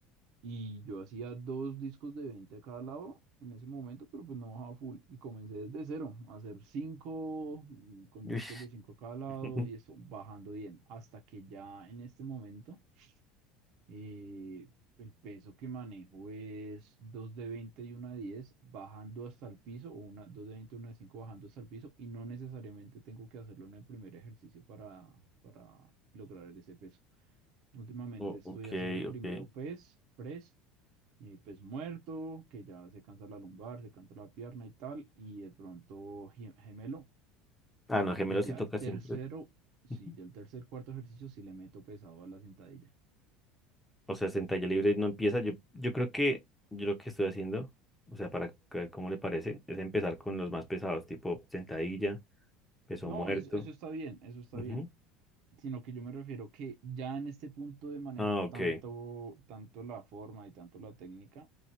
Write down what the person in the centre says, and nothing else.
Ush.
<laughs>
O-
ok,
ok.
Ah, no, gemelos
sí toca
siempre.
<laughs>
O sea, sentalla libre no empieza. Yo, yo creo que yo lo que estoy haciendo, o sea, para ver cómo le parece, es empezar con los más pesados, tipo sentadilla, peso
muerto.
Ujú.
Ah, ok.